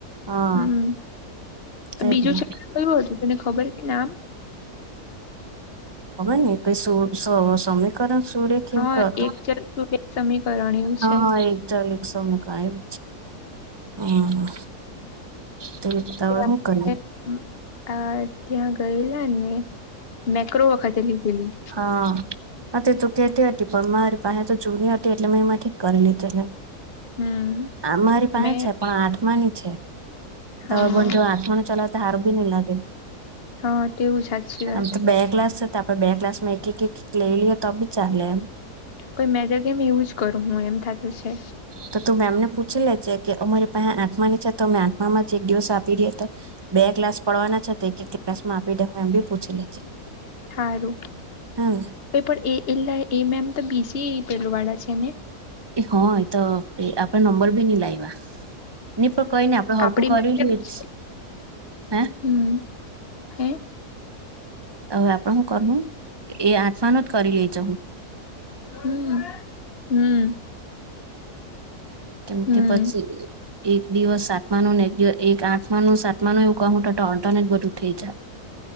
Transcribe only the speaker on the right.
હા
તે
જ ને.
ખબર નહીં ક કઈ સુ સમીકરણ સુડખવું
કરત
હા
હા એક ચલેક સમ કા એમ હમ તેવીવે
શું કરીએ?
હા. અ તે તું કેતી હતી પણ મારી પાહે તો જૂની હતી એટલે મેં એમાંથી જ કરી લીધેલી
અમારી પાસે
છે, પણ આઠમાની છે.
તવ બ આથમાનો ચલાવતા હારુ બી નહી લાગે.
આમ તો બે ક્લાસ આપડે બે ક્લાસ માં એક એક એક લઈ લઈએ તો બી ચાલે એમ
હ તો તું મેમ ને પૂછી લેજે કે અમારી પાસે આઢમાની છે તો અમે આઢમામાં જ એક દિવસ આપી રહ્યા તો. બે ક્લાસ પડવાના છે એક એક ક્લાસ માં આપી દે હું એમ બી પૂછી લેજે
હા ને
એ હા એ તો આપણે નંબર બી નઇ લાઈવા. ની પણ કઈ નઈ આપડે હલકું
કરી
લેજ
હે
હવે આપણ હું કરમું એ આઠમાનો જ કરી લઈ ચ હું.
કેમ
કે પછી. એક દિવસ સાતમા નુ ને એક દિવસ એક આઠમા નું સાતમા નું એવું કું તો ઓલ્ટરનેટ બધું થઈ જાય.